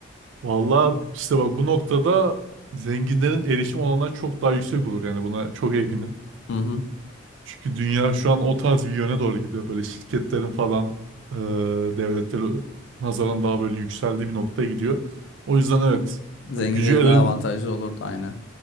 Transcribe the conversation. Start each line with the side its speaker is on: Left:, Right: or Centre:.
Right: Valla işte bak bu noktada zenginlerin erişim olanlar çok daha yüksek olur yani buna çok eminim.
Left: Hı hı.
Right: Çünkü dünya şu an o tarz bir yöne doğru gidiyor. Böyle şirketlerin falan e, devletleri nazaran daha böyle yükseldiği bir noktaya gidiyor. O yüzden evet
Left: Zenginleri
Right: yani gücü elin
Left: daha avantajlı olurdu aynen.